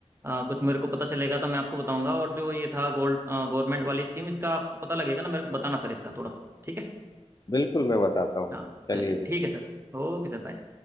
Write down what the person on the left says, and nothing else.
बिल्कुल मैं बताता हूँ
चलिए
जी